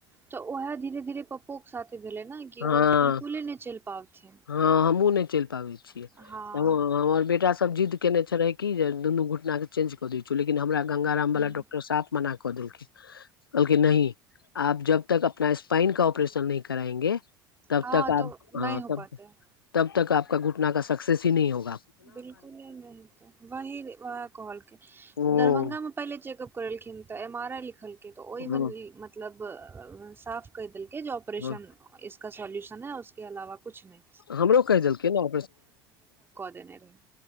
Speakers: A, on the right; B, on the left.
A: त उएहे धीरे धीरे पप्पोके साथ भेलै ने कि
B: हँ
A: ओ बिलकुले ने चल पाबैछे
B: हँ हमहुँ नहि चल पाबै छीयै
A: हँ
B: एगो हमर बेटा सब जिद्द केने छलै कि जे दुनू घटाके चेन्ज क दै छियो लेकिन हमरा गंगारामला
A: हूँ
B: डॉक्टर साहेब मना कऽ देलखिन बलकि नहि आप जब तक अपना स्पाइन का ऑपरेशन नहि कराएंगे तब
A: हँ
B: तक आ
A: तऽ नहि
B: आप
A: हो पयतै
B: तब तब घुटना क सक्सेस ही नहि होगी
A: बिलकुले नहि हतै वही कहलकैऽ
B: ओ
A: दरभगामे पहिले चेकअप करेलखिन तऽ एम आर आइ लिखलकै तऽ ओहि
B: हँ
A: में मतलब साफ कऽ देलक जे ऑपरेशन
B: हँ
A: इसका सोल्यूशन है उसके अलावा कुछ नहि
B: हमरो कहि देलकै ने
A: रह